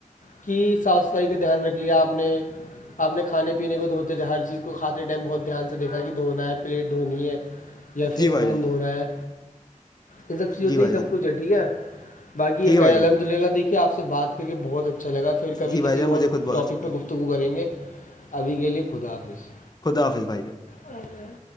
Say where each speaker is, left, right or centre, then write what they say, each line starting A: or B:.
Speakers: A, on the left; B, on the left.
A: کی صاف صفائی کا دھیان رکھ لیا آپ نے اپنے کھانے پینے کو دوتے تھے ہر چیز کو کاتے ٹائم بہ دھیان سے دیکھا کہ دھونا ہے پلیٹ دھونی ہے یا پھر
B: جی
A: اسکون
B: بھائی جان
A: دھ ہو رہا ہے ان سب چیزوں
B: جی
A: سے
B: بھائی
A: ہی سب
B: جان
A: کچھ ہے ٹھیک ہے باقی
B: ٹھیک
A: یہ
B: ہے
A: کہ
B: بھائی
A: الحمد
B: جان
A: للہ دیکھیے آپ سے بات کر کے بہت اچھا لگا پھر کبھی
B: جی بھائی
A: کسی
B: جان مجھے
A: اور
B: خود بہت
A: ٹاپک
B: اچھا
A: پہ گفتگو کریں گے ابھی کے لیے خدا حافظ
B: خدافظ بھائیا
A: اور